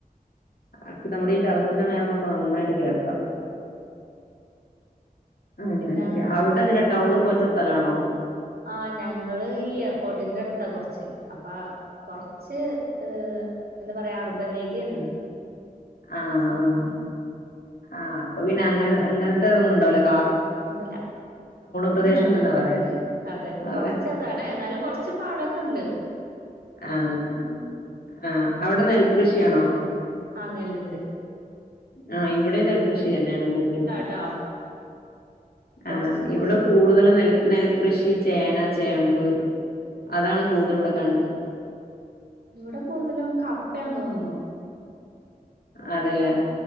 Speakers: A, on the left; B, on the right.
A: അപ്പൊ നമ്മളീ ടറസ്സിന്റെ മേലേനോക്കുമ്പോ നന്നായിട്ട് കേൾക്കാ അങ്ങനൊക്കെ
B: പിന്നെ
A: അവ്ടെ എങ്ങനെ ടൗണ്പോൽതെ സ്ഥലണോ
B: ആ ഞങ്ങള് ഈ എയർപോർട്ട്ന്റെ അടുത്താ കൊർച്ച് അപ്പ കൊർച്ച് ഏ എന്താ പറയാ അർബൻ ഏരിയാണ്ത്
A: ആ ആം ആ അപ്പൊ പിന്നെ അങ്ങനെ അങ്ങൻതെ അതൊന്നുണ്ടാവൂലാ
B: ഒന്നൂല്ല
A: പ്രദേശം
B: ഉം അല്ലല്ല
A: തന്നെ പറയാം
B: അതേ കൊർച്ചതാണ്
A: അതെ
B: എന്നാലും കൊർച്ച് പാടൊക്കെണ്ട്
A: ആഹ് അവിടെ നെൽ കൃഷി ആണോ
B: ആ നെല്ല്ണ്ട്
A: ആ ഇവി ഇവിടെയും നെൽ കൃഷി തന്നെയാണ് കൂടുതൽ,
B: ട്ടോ കൊറച്ചൊക്കെ
A: ആ ഇവിടെ
B: ഒള്ളു
A: കൂടുതൽ നെല്ല് - നെൽ കൃഷി, ചേന, ചേമ്പ് അതാണ് കൂടുതൽ ഇവിടെ കാണു -
B: ഇവിടെ കൂടുതലും കപ്പ ആണന്നു തോന്നുന്നു
A: അതേയില്ലേ